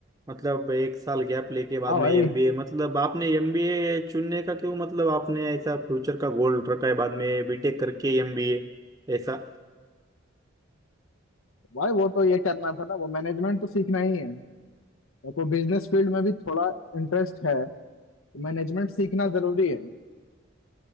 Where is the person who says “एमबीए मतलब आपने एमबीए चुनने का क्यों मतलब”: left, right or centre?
Right